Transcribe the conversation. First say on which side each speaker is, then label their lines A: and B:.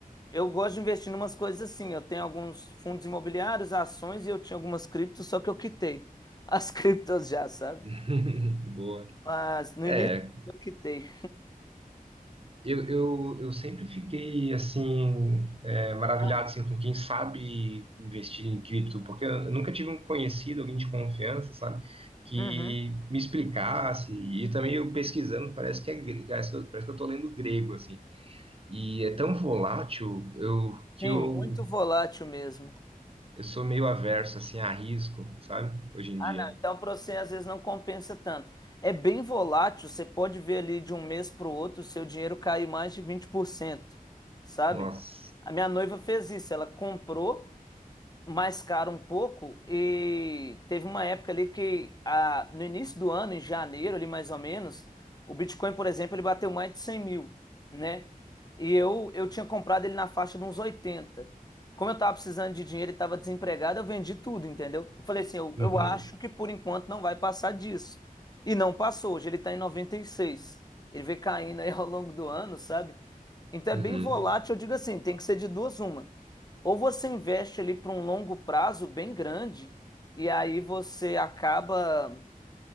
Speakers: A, on the left; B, on the right.
A: Eu gosto de investir em umas coisas assim. Eu tenho alguns fundos imobiliários, ações e eu tinha algumas criptos, só que eu quitei <laughs> as criptos já, sabe?
B: <laughs> Boa.
A: Mas no
B: É,
A: início eu quitei.
B: eu, eu, eu sempre fiquei assim é, maravilhado
A: Ah,
B: assim, com quem sabe investir em cripto, porque eu nunca tive um conhecido, alguém de confiança, sabe, que
A: uhum.
B: me explicasse. E também eu pesquisando, parece que é, gre- parece que eu, parece que eu tô lendo grego, assim. E é tão volátil eu, que
A: Sim,
B: eu,
A: muito volátil mesmo.
B: eu sou meio averso assim, a risco, sabe, hoje em
A: Ah,
B: dia.
A: não. Então para você às vezes não compensa tanto. É bem volátil, você pode ver ali de um mês para o outro o seu dinheiro cair mais de 20%, sabe?
B: Nossa.
A: A minha noiva fez isso, ela comprou. mais caro um pouco e teve uma época ali que a- no início do ano, em janeiro ali mais ou menos, o Bitcoin, por exemplo, ele bateu mais de 100 mil, né? E eu, eu tinha comprado ele na faixa de uns oitenta Como eu tava precisando de dinheiro e tava desempregado, eu vendi tudo, entendeu? Eu falei assim, eu,
B: Uhum,
A: eu acho que por enquanto não vai passar disso. E não passou, hoje ele tá em noventa e seis Ele vem caindo aí ao longo do ano, sabe? Então é
B: uhum.
A: bem volátil, eu digo assim, tem que ser de duas uma. Ou você investe ali para um longo prazo bem grande e aí você acaba